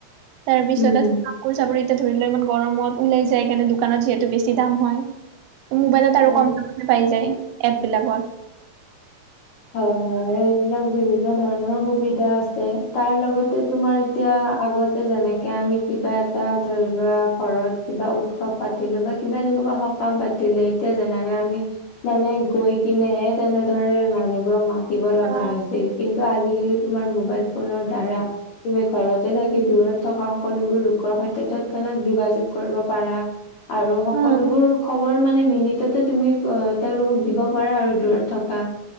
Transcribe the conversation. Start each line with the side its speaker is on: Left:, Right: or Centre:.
Right: তাৰ পিছত
Left: উম
Right: আছ কাপোৰ চাপোৰ এতিয়া ধৰি ল ইমান গৰমত ওলাই যায় কাৰণে দোকানত যিহেতু বেছি দাম হয়। মোবাইলত আৰু
Left: উম
Right: কম দামতে পাই যায় এপবিলাকত
Left: হয় হয় এইবিলাক বিভিন্ন ধৰণৰ সুবিধা আছে তাৰ লগতে তোমাৰ এতিয়া আগতে যেনেকে আমি কিবা টা ধৰি লোৱা ঘৰত কিবা উৎসৱ পাতিলো বা কিবা তেনেকুৱা সকাম পাত তিলে এতিয়া যেনেকে আমি মানে গৈ কিনেহে তেনেদৰে মানুহ বোৰক মাতিব লগা
Right: অ
Left: হৈছিল কিন্তু আজিকালি তোমাৰ মোবাইল ফোনৰ দ্বাৰা তুমি ঘৰতে থাকি দূৰত থকা সকলোবোৰ লোকৰ সৈতে তৎক্ষণাত যোগাযোগ কৰিব পাৰা। আৰু সকলোবোৰ
Right: উম
Left: খবৰ মানে মিনিটতে তুমি অ তেওঁলোকক দিব পাৰা আৰু দূৰত থকা